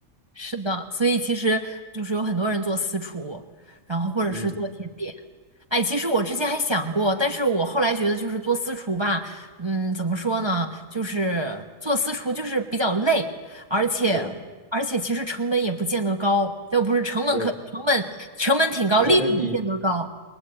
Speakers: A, on the right (about 20°); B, on the left (about 30°).
A: 是的，所以其实就是有很多人做私厨，然后或者是做甜点。
B: 嗯，
A: 哎，其实我之前还想过，但是我后来觉得就是做私厨吧，嗯，怎么说呢，就是做私厨就是比较累，而且而且其实成本也不见得高，
B: 是的。
A: 就不是成本可成本成本挺高，
B: 对。不见得低。
A: 利润不见得高，